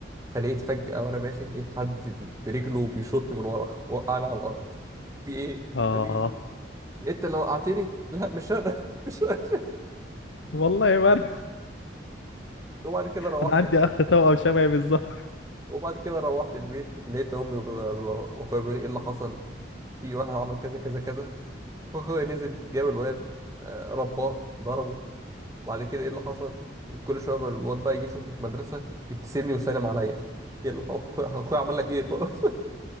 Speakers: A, on the right; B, on the left.
A: فلقيت فجأة وانا ماشي لقيت حد ب- برجله بيشوطني من ورا وقعني على الارض في ايه
B: آه
A: ده مين إيه انت اللي وقعتني لا مش انا <laughs> مش انا
B: والله ما أنا
A: وبعد كده روحت
B: أنا عندي أخ توأم شبهي بالظبط
A: وبعد كده روحت البيت لقيت امي وب- واخويا بيقولوا ايه اللي حصل في واحد عمل كذا كذا كذا فاخويا نزل جاب الواد آه، رباه ضربه وبعد كده ايه اللي حصل كل شويه بقى الواد بقى يجي يشوفني في المدرسه يبتسم لي ويسلم عليا ايه اللي هو اخويا أخويا عمل لك ايه طب <laughs> ايه